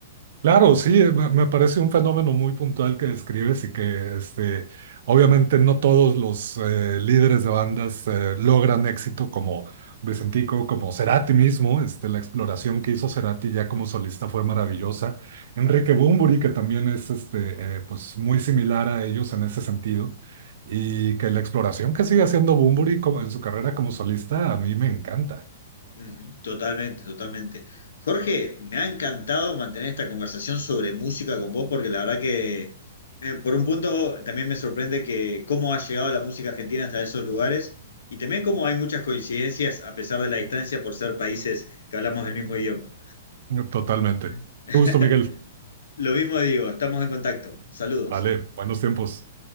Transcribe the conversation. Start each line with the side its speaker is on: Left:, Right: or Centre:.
Right: Claro, sí, me me parece un fenómeno muy puntual que describes y que este, obviamente no todos los eh, líderes de bandas eh, logran éxito como Vicentico, como Cerati mismo. Este, la exploración que hizo Cerati ya como solista fue maravillosa. Enrique Bunbury, que también es este, eh, pues muy similar a ellos en ese sentido. Y que la exploración que sigue haciendo Bunbury como- en su carrera como solista a mí me encanta.
Left: Ujú, Totalmente, totalmente. Jorge, me ha encantado mantener esta conversación sobre música con vos porque la verdad que eh, por un punto también me sorprende que cómo ha llegado la música argentina hasta esos lugares y también cómo hay muchas coincidencias a pesar de la distancia por ser países que hablamos del mismo idioma.
Right: Totalmente.
Left: <laughs>
Right: Qué gusto, Miguel.
Left: Lo mismo digo, estamos en contacto. Saludos.
Right: Vale, buenos tiempos.